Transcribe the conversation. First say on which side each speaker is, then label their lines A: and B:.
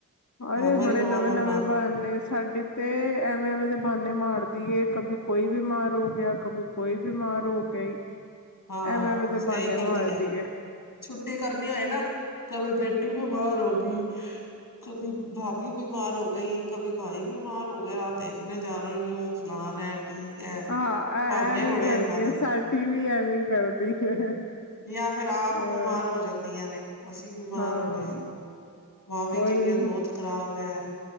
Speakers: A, on the left (about 55°); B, on the left (about 85°).
A: ਹਰੇ
B: ਹਰ ਵਾਰੀ
A: ਬੜੇ
B: ਨਵਾਂ
A: ਨਵੇਂ
B: ਬਹਾਨਾ
A: ਨਵੇਂ ਬਹਾਨੇ ਸਾਡੇ ਤੇ ਐਵੇਂ ਐਵੇਂ ਦੇ ਬਹਾਨੇ ਮਾਰ ਦੀ ਕਭੀ ਕੋਈ ਬਿਮਾਰ ਹੋ ਗਿਆ ਕਭੀ ਕੋਈ ਬਿਮਾਰ ਹੋ ਗਈ।
B: ਹਾਂ
A: ਐਵੇਂ ਐਵੇਂ ਦੇ
B: ਸਹੀ
A: ਬਹਾਨੇ
B: ਕਰਦੀ
A: ਮਾਰਦੀ
B: ਹੈ
A: ਏ
B: ਛੁੱਟੀ ਕਰਨੀ ਹੋਏ ਨਾ ਕ ਪੇ ਰੁਟੀ ਬਿਮਾਰ ਹੋ ਗਈ <inaudible> ਕਭੀ ਭਾਭੀ ਬਿਮਾਰ ਹੋ ਗਈ ਕਭੀ ਭਾਈ ਬਿਮਾਰ ਹੋ ਗਿਆ ਦੇਖਣੇ ਜਾ ਰਹੀ ਹੂੰ ਫਲਾਨ ਹੈ। ਢੀਂਗ ਹੈ
A: ਹਾਂ ਐ
B: ਬਹਾਨੇ
A: ਐਵੇਂ
B: ਬੜੇ
A: ਕਰਦੀ
B: ਇਹਨਾਂ ਦੇ
A: ਹ ਸਾਡੀ ਵੀ ਐਵੇਂ ਕਰਦੀ ਹੈ। <inaudible>
B: ਯਾਂ ਫੇਰ ਆਪ
A: ਹੋਰ
B: ਬਿਮਾਰ ਹੋ ਜਾਂਦੀਆਂ ਨੇ। ਅਸੀਂ ਬਿਮਾਰ
A: ਹਾਂ
B: ਹੋ ਗਏ ਭਾਬੀ
A: ਉਹੀ
B: ਤਬੀਅਤ ਬਹੁਤ ਖ਼ਰਾਬ ਹੈ